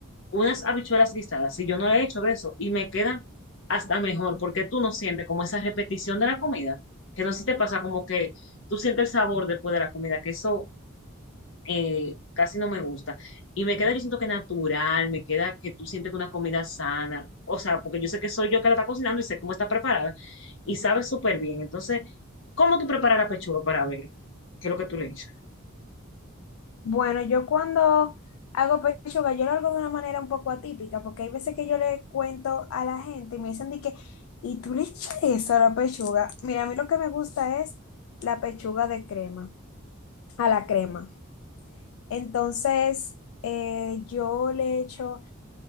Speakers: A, on the left (about 65°); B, on the left (about 80°).
A: unas habichuelas guisadas, si yo no le he hecho de eso, y me quedan hasta mejor, porque tú no sientes como esa repetición de la comida, que no sé si te pasa como que tú sientes el sabor después de la comida, que eso eh, casi no me gusta. Y me queda, yo siento que natural, me queda que tú sientes que una comida sana, o sea, porque yo sé que soy yo que la está cocinando y sé cómo está preparada y sabe súper bien. Entonces, ¿cómo tú preparas la pechuga para ver qué es lo que tú le echas?
B: Bueno, yo cuando hago pechuga yo lo hago de una manera un poco atípica, porque hay veces que yo le cuento a la gente y me dicen de que, ¿y tú le echas eso a la pechuga? Mira, a mí lo que me gusta es la pechuga de crema, a la crema. Entonces, eh, yo le echo,